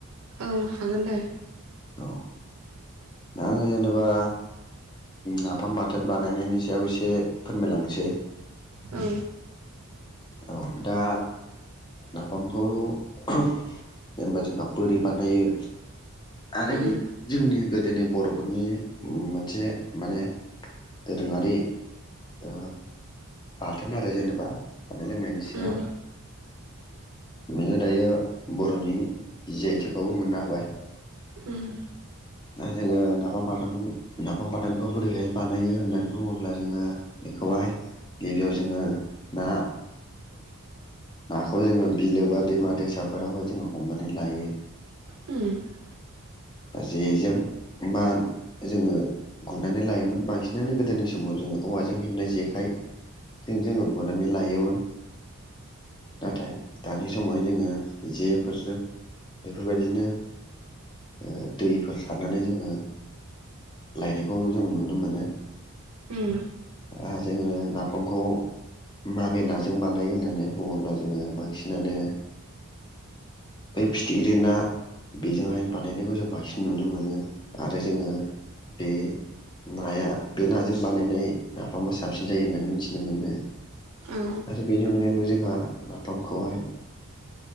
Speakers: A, on the right; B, on the left.
A: औ हागोन दे।
B: औ आङो जेनेबा नाफाम बाथोन बानायनायनि सायाव एसे फोरमायलांनोसै
A: औ
B: औ दा नाफामखौ जेनेबा जों बिगाब बोरै बानायो। आरो
A: उम
B: बे जोंनि गो बर'फोरनि मोन मोनसे माने दोरोङारि ओ बाथोन आरो जेनेबा। बा जानाय लोंनायनि सायाव।
A: उम
B: नोङो दायो बर'नि जि आइ थेखौबो मोननो हाबाय
A: उम
B: दा जोङो नाफाम बाथोन नाफाम बाथोनखौ बोरैहाय बानायो होननानै बुङोब्ला जोङो बेखौ खहाय गिबियाव जोङो ना नाखौ जोङो बिलो बा दैमा दैसाफोरावहाय जोङो हमनानै लायो।
A: उम
B: बा जेजों मा जोङो गुरनानै लायोमोन बांसिनानो गोदोनि समाव जोङो औवाजों हेबनाय जेखाइजों जोङो गुनानै लायोमोन। नाथाय दानि समाव जोङो जेफोरजों बेफोरबायदिनो ओ। दैफोर सारनानै जोङो लायनायखौ जों नुनो मोनो।
A: उम
B: दा जोङो नाफामखौ माबे नाजों बानाय होननानै बुङोब्ला जोङो बांसिनानो बै फिथिख्रि ना बेजोंहाय बानायनायखौ जों बांसिन नुनो मोनो। आरो जोङो बे नाया बे नाजों बानायनाय नाफामा साबसिन जायो होननानै मिथिनो मोनो
A: औ
B: आरो बेनि अनगायैबो जोंहा नाफामखौहाय